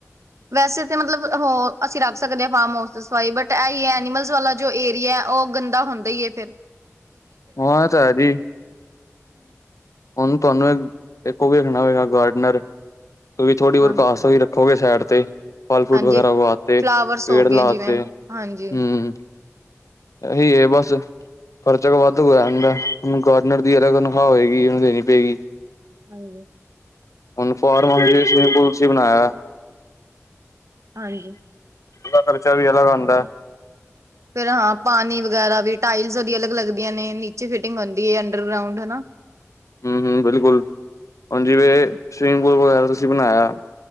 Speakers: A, on the right; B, on the left.
A: ਵੈਸੇ, ਤਾਂ ਮਤਲਬ ਔ ਅਸੀਂ ਰੱਖ ਸਕਦੇ ਹਾਂ ਫਾਰਮ ਹਾਊਸ ਤੇ ਸਫਾਈ। ਬਟ ਏਈ ਏ ਐਨੀਮਲਸ ਵਾਲਾ ਜੋ ਏਰੀਆ ਔ, ਗੰਦਾ ਹੁੰਦਾ ਹੀ ਹੈ। ਫੇਰ।
B: ਹੁਨ ਏ ਤਾਂ, ਹੈ ਜੀ। ਹੁਨ ਤੁਹਾਨੂੰ ਇਕ, ਇੱਕ ਔ ਵੀ ਰੱਖਣਾ ਪਏਗਾ। ਗਾਰਡਨਰ, ਤੁ ਵੀ ਥੋੜੀ
A: ਹਾਂਜੀ
B: ਕਾਸ ਰੱਖੋਗੇ ਸਾਈਡ ਤੇ। ਫਲ- ਫਰੂਟ
A: ਹਾਂਜੀ
B: ਵਗੈ ਰਾ, ਵਾਸਤੇ
A: ਫਲਾਵਰਸ
B: ਪੇੜ
A: ਹੋ ਗਏ
B: ਲਾਤੇ।
A: ਜਿਵੇਂ
B: ਹੂੰ।
A: ਹਾਂਜੀ
B: ਇਹੀ ਹੈ। ਬਸ- ਖਰਚਾ ਕੁ ਵਾਦੁ ਹੋਇਆ ਰਹਿੰਦਾ, ਹੂਨ ਗਾਰਡਨਰ ਦੀ ਤਨਖਾਹ ਹੋਏਗੀ, ਉਹਨੂੰ ਦੇਣੀ ਪਏਗੀ।
A: ਹਾਂਜੀ।
B: ਹੁਨ ਫਾਰਮ ਹਾਊਸ। ਸਵਿਮਿੰਗ ਪੂਲ ਸੀ ਬਣਾਇਆ।
A: ਹਾਂਜੀ।
B: ਖਰਚਾ ਵੀ ਅਲਗ ਆਂਦਾ ਹੈ।
A: ਫੇਰ- ਹਾਂ ਪਾਣੀ ਵਗੈਰਾ ਵੀ ਟਾਇਲਸ ਉਸਦੀ ਅਲੱਗ ਲੱਗਦੀਆਂ, ਨੇ ਨੀਚੇ ਫਿਟਿੰਗ ਹੁੰਦੀ ਹੈ। ਅੰਡਰਗ੍ਰਉਂਡ ਹੈਨਾ।
B: ਹੂੰ- ਹੂੰ, ਬਿਲਕੁਲ, ਹੁਣ ਜਿਵੇਂ- ਸਵੀਮਿੰਗ ਪੂਲ ਵਗੈਰਾ ਤੁਸੀਂ ਬਣਾਇਆ।